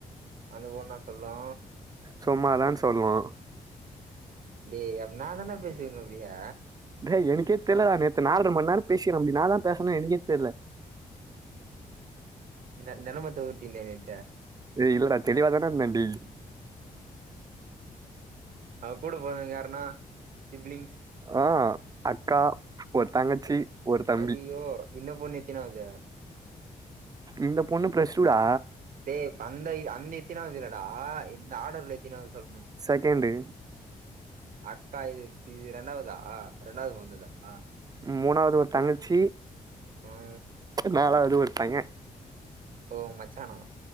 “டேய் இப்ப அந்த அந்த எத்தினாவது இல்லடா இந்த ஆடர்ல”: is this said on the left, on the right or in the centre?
Right